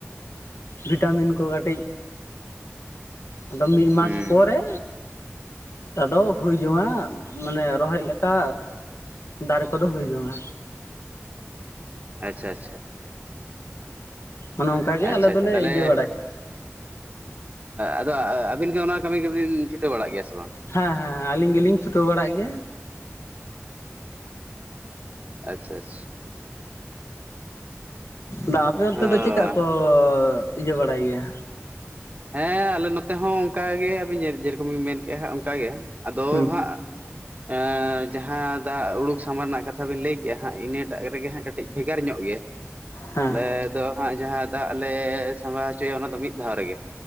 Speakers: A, on the left; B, on the right.
A: ᱵᱷᱤᱴᱟᱢᱤᱱ ᱠᱚ ᱠᱟᱴᱤᱡ, ᱟᱫᱚ ᱢᱤᱫ ᱢᱟᱥ
B: ᱦᱩᱸ
A: ᱯᱚᱨᱮ ᱟᱫᱚ ᱦᱩᱭ ᱡᱚᱝᱼᱟ᱾ ᱢᱟᱱᱮ ᱨᱚᱦᱚᱭ ᱞᱮᱠᱟ ᱫᱟᱨᱮ ᱠᱚᱫᱚ ᱦᱩᱭ ᱡᱚᱝᱼᱟ᱾
B: ᱟᱪᱪᱷᱟ ᱟᱪᱪᱷᱟ᱾
A: ᱚᱱᱮ ᱚᱱᱠᱟᱜᱮ
B: ᱟᱪᱪᱷᱟ
A: ᱟᱞᱮ ᱫᱚᱞᱮ
B: ᱛᱟᱦᱚᱞᱮ
A: ᱤᱭᱟᱹ ᱵᱟᱲᱟᱭᱟᱼᱼ
B: ᱟᱫᱚ ᱟᱹᱵᱤᱱ ᱜᱮ ᱚᱱᱟ ᱠᱟᱹᱢᱤ ᱠᱚᱵᱤᱱ ᱪᱷᱩᱴᱟᱹᱣ ᱵᱟᱲᱟᱜ ᱜᱮᱭᱟ ᱥᱮ ᱵᱟᱝ?
A: ᱦᱮᱸ ᱦᱮᱸ ᱟᱞᱤᱧ ᱜᱮᱞᱤᱧ ᱪᱷᱩᱴᱟᱹᱣ ᱵᱟᱲᱟᱜ ᱜᱮᱭᱟ᱾
B: ᱟᱪᱪᱷᱟ ᱟᱪᱪᱷᱟ᱾
A: ᱫᱟ ᱟᱯᱮ ᱚᱱᱛᱮ
B: ᱚ
A: ᱫᱚ ᱪᱮᱫᱠᱟ ᱠᱚ ᱤᱭᱟᱹ ᱵᱟᱲᱟᱭ ᱜᱮᱭᱟ᱾
B: ᱦᱮᱸ ᱟᱞᱮ ᱱᱚᱛᱮ ᱦᱚᱸ ᱚᱱᱠᱟᱜᱮ ᱟᱹᱵᱤᱱ ᱡᱮᱨᱚᱠᱚᱢ ᱵᱤᱱ ᱢᱮᱱ ᱠᱮᱜᱼᱟ ᱦᱟᱜ ᱚᱱᱠᱟᱜᱮ ᱟᱫᱚ
A: ᱦᱮᱸ
B: ᱦᱟᱜᱼᱼ ᱦᱮᱸᱡᱟᱦᱟᱸ ᱫᱟᱜ ᱩᱰᱩᱠ ᱥᱟᱢᱟᱝ ᱨᱮᱱᱟᱜ ᱠᱟᱛᱷᱟ ᱵᱤᱱ ᱞᱟᱹᱭ ᱠᱮᱫᱼᱼ ᱡᱟᱦᱟᱸ ᱤᱱᱟᱹᱴᱟᱜ ᱨᱮᱜᱮ ᱦᱟᱸᱜ ᱠᱟᱹᱴᱤᱡ ᱵᱷᱮᱜᱟᱨ ᱧᱚᱜ ᱜᱮᱭᱟ
A: ᱦᱮᱸ
B: ᱟᱞᱮ ᱫᱚᱼᱼ ᱦᱟᱸᱜ ᱡᱟᱦᱟᱸ ᱫᱟᱜ ᱞᱮ ᱥᱟᱢᱵᱟᱣ ᱦᱚᱪᱚᱭᱟ ᱚᱱᱟ ᱫᱚ ᱢᱤᱫ ᱫᱷᱟᱣ ᱨᱮᱜᱮᱼᱼ